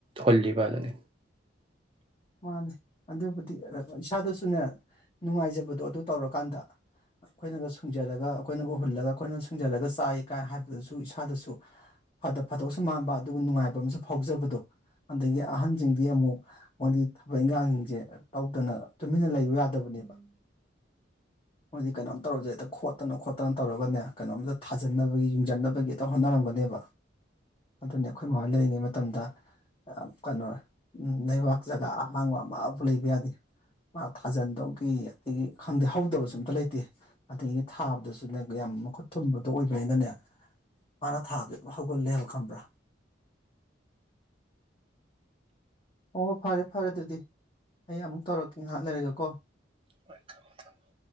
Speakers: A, on the right; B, on the left.
A: ꯍꯨꯜꯂꯤꯕ ꯑꯗꯨꯅꯤ
B: ꯃꯥꯅꯤ ꯑꯗꯨꯕꯨꯗꯤ ꯏꯁꯥꯗꯁꯨꯅꯦ ꯅꯨꯡꯉꯥꯏꯖꯕꯗꯣ ꯑꯗꯨ ꯇꯧꯔꯀꯥꯟꯗ ꯑꯩꯈꯣꯏꯅꯒ ꯁꯨꯡꯖꯔꯒ ꯑꯩꯈꯣꯏꯅꯒ ꯍꯨꯜꯂꯒ ꯑꯩꯈꯣꯏꯅ ꯁꯨꯡꯖꯔꯒ ꯆꯥꯏ ꯀꯥꯏ ꯍꯥꯏꯕꯗꯨꯁꯨ ꯏꯁꯥꯗꯁꯨ ꯐꯗ ꯐꯗꯧꯁꯨ ꯃꯥꯟꯕ ꯑꯗꯨꯒ ꯅꯨꯡꯉꯥꯏꯕ ꯑꯃꯁꯨ ꯐꯥꯎꯖꯕꯗꯣ ꯑꯗꯒꯤ ꯑꯍꯟꯖꯤꯡꯗꯤ ꯑꯃꯨꯛ ꯃꯣꯏꯒꯤ ꯊꯕꯛ ꯏꯪꯈꯥꯡꯁꯤꯡꯁꯦ ꯇꯧꯗꯅ ꯇꯨꯃꯤꯟꯅ ꯂꯩꯕ ꯌꯥꯗꯕꯅꯦꯕ꯫ ꯃꯣꯏꯗꯤ ꯀꯩꯅꯣꯝ ꯇꯧꯔꯖꯨ ꯍꯦꯠꯇ ꯈꯣꯠꯇꯅ ꯈꯣꯠꯇꯅ ꯇꯧꯔꯒꯅꯦ ꯀꯩꯅꯣꯝꯇ ꯊꯥꯖꯟꯅꯕꯒꯤ ꯌꯨꯡꯖꯟꯅꯕꯒꯤ ꯍꯦꯛꯇ ꯍꯣꯠꯅꯔꯝꯒꯅꯦꯕ ꯑꯗꯨꯅꯤ ꯑꯩꯈꯣꯏ ꯃꯥꯅ ꯂꯩꯔꯤꯉꯩ ꯃꯇꯝꯗ ꯀꯩꯅꯣ ꯂꯩꯕꯥꯛ ꯖꯒꯥ ꯑꯍꯥꯡꯕ ꯑꯃꯕꯨ ꯂꯩꯕ ꯌꯥꯗꯦ ꯃꯥ ꯊꯥꯖꯟꯗꯧꯒꯤ ꯑꯗꯒꯤ ꯈꯪꯗꯦ ꯍꯧꯗꯕꯁꯨ ꯑꯨꯝꯇ ꯂꯩꯇꯦ ꯑꯗꯒꯤ ꯊꯥꯕꯗꯖꯨꯅꯦ ꯌꯥꯝ ꯃꯈꯨꯠ ꯊꯨꯝꯕꯗꯣ ꯑꯣꯏꯕꯅꯤꯅꯅꯦ ꯃꯥꯅ ꯊꯥꯕꯁꯦ ꯑꯗꯨꯝ ꯍꯧꯒꯜꯂꯦꯕ ꯈꯪꯕ꯭ꯔꯥ꯫ ꯍꯣ ꯍꯣ ꯐꯔꯦ ꯐꯔꯦ ꯑꯗꯨꯗꯤ꯫ ꯑꯩ ꯑꯃꯨꯛ ꯇꯧꯔꯛꯀꯦ ꯉꯥꯏꯍꯥꯛ ꯂꯩꯔꯒꯀꯣ
A: ꯍꯣꯏ ꯊꯝꯃꯣ ꯊꯝꯃꯣ꯫